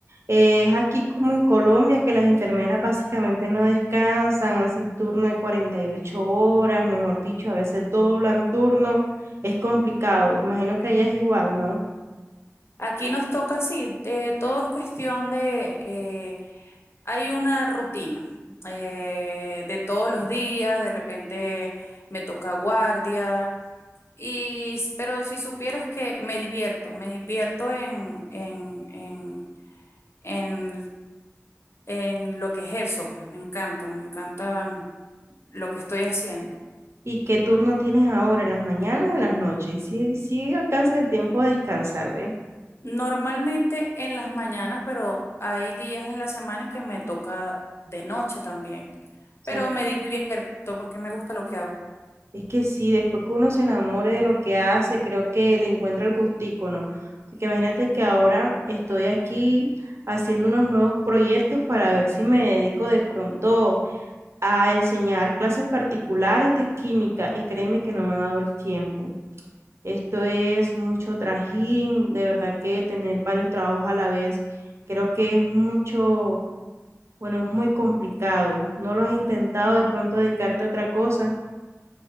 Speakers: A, on the right; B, on the left.
A: Eh, es aquí como en Colombia que las enfermeras básicamente no descansan, hacen turno de 48 horas, mejor dicho, a veces doblan turno. Es complicado, imagino que allá es igual, ¿no?
B: Aquí nos toca así, eh, todo es cuestión de eh, hay una rutina eh, de todos los días, de repente me toca guardia, Y, s- pero si supieras que me divierto, me divierto en, en, en, en, en lo que ejerzo, pues me encanta, me encanta mm, lo que estoy haciendo.
A: ¿Y qué turno tienes ahora, en las mañanas o en las noches? Y si, si alcanzas el tiempo de descansar, ¿ve? O
B: Normalmente en las mañanas, pero hay días en la semana en que me toca de noche también.
A: sea,
B: Pero me divierto porque me gusta lo que hago.
A: es que sí, después que uno se enamore de lo que hace, creo que le encuentra el gustico, ¿no? Porque imagínate que ahora estoy aquí haciendo unos nuevos proyectos para ver si me dedico de pronto a enseñar clases particulares de química y créeme que no me ha dado el tiempo. Esto es mucho trajín, de verdad que tener varios trabajos a la vez, creo que es mucho, bueno, es muy complicado. ¿No lo has intentado de pronto dedicarte a otra cosa?